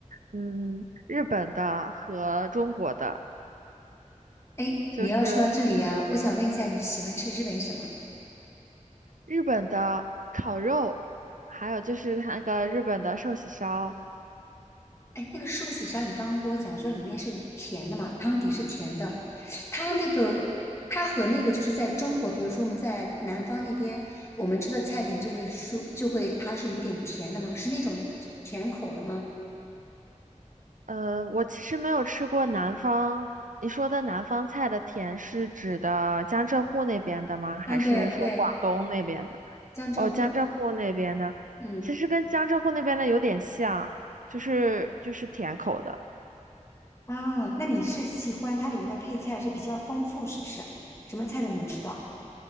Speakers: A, on the right; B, on the left.
A: 嗯，日本的和中国的，
B: 哎，
A: 就是
B: 你要说到这里啊，我想问一下，你喜欢吃日本什么？
A: 日本的烤肉，还有就是它那个日本的寿喜烧。
B: 哎，那个寿喜烧，你刚刚跟我讲说里面是甜的嘛，汤底是甜的，它那个它和那个就是在中国，比如说我们在南方那边，我们吃的菜品就会说就会它是有点甜的嘛，是那种甜口的吗？
A: 呃，我其实没有吃过南方，你说的南方菜的甜是指的江浙沪那边的吗？还是说广东那边的？
B: 嗯，对对，江浙沪，
A: 哦，江浙沪那边的，
B: 嗯。
A: 其实跟江浙沪那边的有点像，就是就是甜口的。
B: 啊，那你是喜欢它里面的配菜是比较丰富，是不是？什么菜都能吃到。